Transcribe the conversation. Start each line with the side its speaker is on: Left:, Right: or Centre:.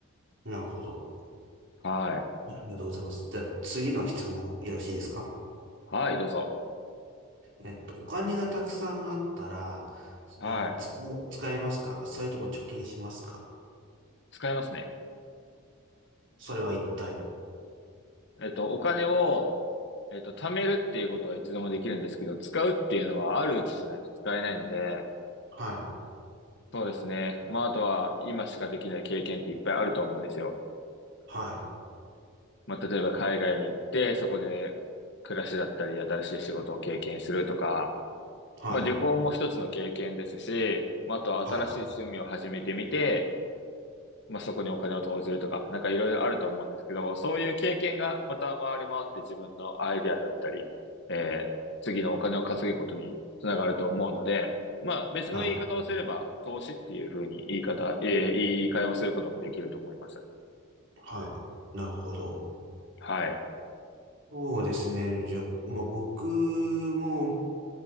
Right: なるほど。
Left: はい。
Right: ありがとうございます。じゃあ次の質問よろしいですか
Left: はい、どうぞ。
Right: えっと、お金がたくさんあったら、
Left: はい。
Right: あー、使う使えますかそれとも貯金しますか
Left: 使いますね。
Right: それは一体。
Left: えっと、お金を、えっと、貯めるっていうことはいつでもできるんですけど、使うっていうのはあるうちじゃないと使えないので、
Right: はい。
Left: そうですね。まあ、あとは今しかできない経験っていっぱいあると思うんですよ。
Right: はい。
Left: まあ、例えば海外に行って、そこで暮らしだったり、新しい仕事を経験するとか、
Right: はい。
Left: まあ、旅行も一つの経験ですし、まあ、あとは新しい趣味を始めてみて、
Right: はい。
Left: まあ、そこにお金を投じるとか、なんかいろいろあると思うんですけど、そういう経験がまた回り回って自分のアイデアだったり、えー次のお金を稼ぐことにつながると思うので、まあ、別の言い方をすれば、
Right: はい。
Left: 投資っていうふうに言い方、えー言い換えをすることもできると思います。
Right: はい。なるほど。
Left: はい。
Right: そうですね。じゃあ、まあ、僕も、